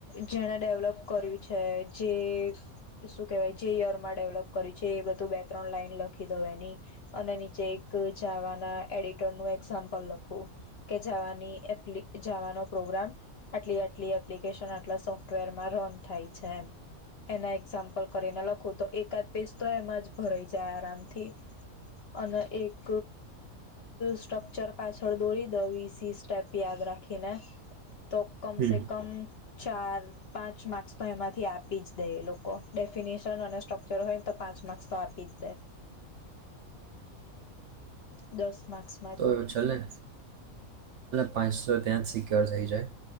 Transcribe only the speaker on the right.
હમ
<unintelligible> ચાલ પાંચસો ત્યાં જ સિક્યોર થઈ જાય